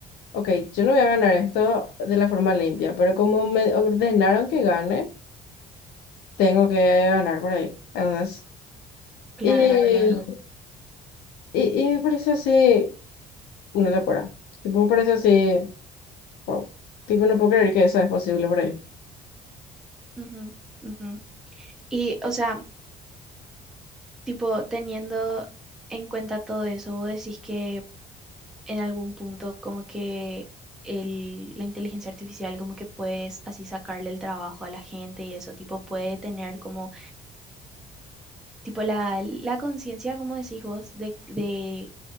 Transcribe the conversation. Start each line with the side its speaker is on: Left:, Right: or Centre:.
Left: ok, yo no voy a ganar esto de la forma limpia, pero como me ordenaron que gane, tengo que ganar por ahí, ¿entendés?
Centre: claro,
Left: Y,
Centre: claro.
Left: y, y me pareció así una locura. Tipo, me pareció así, wow. Tipo, no puedo creer que eso es posible por ahí.
Centre: Ujú, ujú. Y, o sea, tipo, teniendo en cuenta todo eso, vos decís que en algún punto como que el, la inteligencia artificial como que puedes así sacarle el trabajo a la gente y eso, tipo puede tener como, tipo la, la conciencia, como decís vos, de, de